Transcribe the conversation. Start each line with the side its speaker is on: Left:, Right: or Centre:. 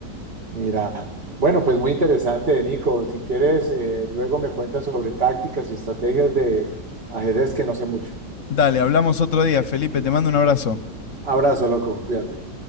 Right: Mira, bueno, pues muy interesante, Nico. Si quieres, eh, luego me cuentas sobre tácticas y estrategias de ajedrez que no sé mucho.
Left: Dale, hablamos otro día, Felipe, te mando un abrazo.
Right: Abrazo, loco, cuídate.